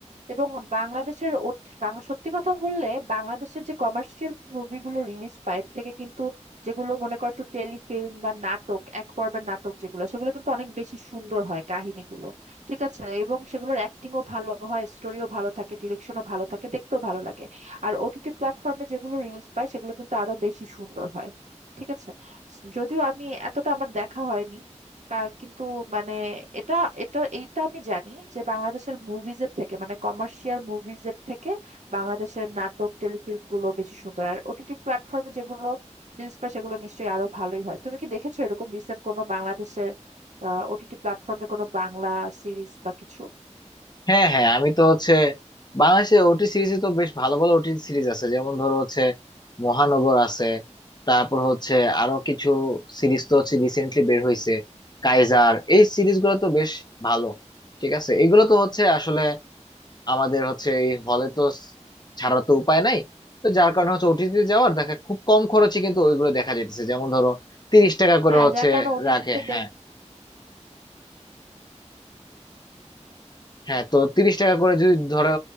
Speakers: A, on the right (about 75°); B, on the left (about 35°).
A: এবং বাংলাদেশের ও- বাং- সত্যি কথা বললে বাংলাদেশের যে কমার্শিয়াল মুভিগুলো রিলিজ পায় এর থেকে কিন্তু যেগুলো মনে করো একটু টেলিফিল্ম বা নাটক এক পর্বের নাটক যেগুলো সেগুলো কিন্তু অনেক বেশি সুন্দর হয় কাহিনীগুলো ঠিক আছে এবং সেগুলোর অ্যাক্টিংও ভালো হয় স্টোরিও ভালো থাকে ডিরেকশনও ভালো থাকে দেখতেও ভালো লাগে আর ওটিটি প্ল্যাটফর্মে যেগুলো রিলিজ পায় সেগুলো কিন্তু আরো বেশি সুন্দর হয় ঠিক আছে যদিও আমি এতটা আমার দেখা হয়নি কার কিন্তু মানে এটা এটা এইটা আমি জানি যে বাংলাদেশের মুভিজ এর থেকে মানে কমার্শিয়াল মুভিজ এর থেকে বাংলাদেশের নাটক টেলিফিল্ম গুলো বেশি সুন্দর আর ওটিটি প্ল্যাটফর্মে যেগুলো রিলিজ পায় সেগুলো নিশ্চয়ই আরো ভালোই হয় তুমি কি দেখেছো এরকম রিসেন্ট কোনো বাংলাদেশের ওটিটি প্ল্যাটফর্মে কোনো বাংলা সিরিজ বা কিছু
B: হ্যাঁ হ্যাঁ আমি তো হচ্ছে বাংলাদেশে ওটি সিরিজে তো বেশ ভালো ভালো ওটি সিরিজ আছে যেমন ধরো হচ্ছে মহানগর আছে তারপর হচ্ছে আরো কিছু সিরিজ তো হচ্ছে রিসেন্টলি বের হয়েছে কাইজার এই সিরিজ গুলো তো বেশ ভালো ঠিক আছে এগুলো তো হচ্ছে আসলে আমাদের হচ্ছে এই হলে তো ছাড়া তো উপায় নাই তো যার কারণে হচ্ছে ওটিতে যাওয়ার দেখা খুব কম খরচে কিন্তু ওইগুলো দেখা যাইতেছে যেমন ধরো তিরিশ টাকা করে
A: হ্যাঁ
B: হচ্ছে
A: যার কারণে ওটিটিতে
B: রাখে হ্যাঁ হ্যাঁ তো তিরিশ টাকা করে যদি ধরো